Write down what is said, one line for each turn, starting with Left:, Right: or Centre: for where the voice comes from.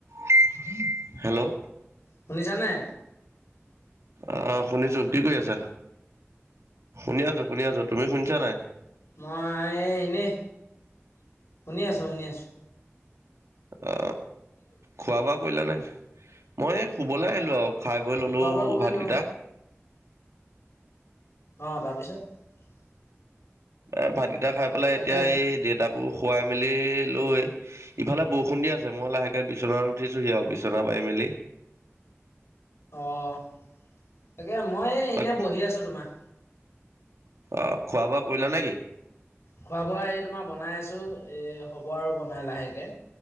Right: <unintelligible> Hello
Left: শুনিছা নে
Right: অ শুনিছো কি কৰি আছা শুনি আছো শুনি আছো তুমি শুনিছা নাই
Left: মই এই এনেই শুনি আছোঁ শুনি আছো
Right: অ খোৱা বোৱা কৰিলা নাই মই এই শুবলৈ আহিলো আও খাই বৈ ললো
Left: খোৱা বোৱা কৰিলোঁ
Right: ভাতকেইটা
Left: অ তাৰপিছত
Right: এ ভাতকেইটা খাই পেলাই
Left: তাকেহে
Right: এতিয়া এই দেউতাক খুৱাই মেলি লৈ ইফালে বৰষুণ দি আছে মই লাহেকে বিচনাত উঠিছোহি আৰু বিছনা পাই ফেমেলি
Left: অ', তাকে মই এনেই
Right: তাক
Left: বহি আছো তোমাৰ।
Right: অ খোৱা বোৱা কৰিলা নেকি
Left: খোৱা বোৱা এই তোমাৰ বনাই আছোঁ এই হ'ব আৰু বনাই লাহেকে